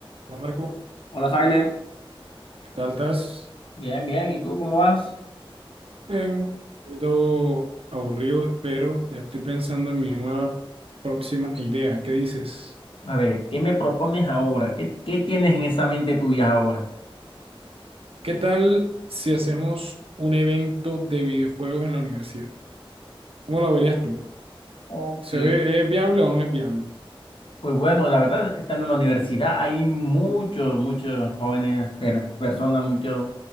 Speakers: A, on the right; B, on the left.
A: Hola Marco,
B: Hola, Silent.
A: ¿qué tal estás?
B: Bien, bien. ¿Y tú cómo vas?
A: Bien, un poquito aburrido, pero ya estoy pensando en mi nueva próxima idea. ¿Qué dices?
B: A ver, ¿qué me propones ahora? ¿Qué, qué tienes en esa mente tuya ahora?
A: ¿Qué tal si hacemos un evento de videojuegos en la universidad? ¿Cómo lo verías tú?
B: Ok.
A: ¿Se ve, es viable o no es viable?
B: Pues bueno, la verdad, estando en la universidad hay muchos, muchos jóvenes, per- personas, muchos